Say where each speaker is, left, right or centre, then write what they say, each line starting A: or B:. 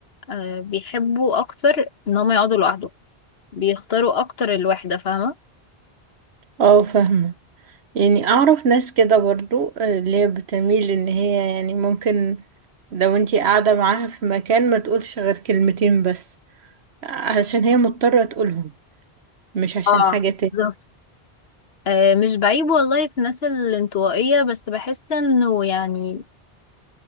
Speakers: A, on the left; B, on the right.
A: آه، بيحبوا اكتر ان هم يقعدوا لوحدهم بيختاروا اكتر الوحدة فاهمة
B: اه فاهمه يعني اعرف ناس كده برضو آه، اللي هي بتميل ان هي يعني ممكن لو انتي قاعده معاها في مكان ما تقولش غير كلمتين بس علشان هي مضطره تقولهم مش عشان
A: اه
B: حاجه تاني
A: بالظبط آه مش بعيب والله في الناس الانطوائية بس بحس انه يعني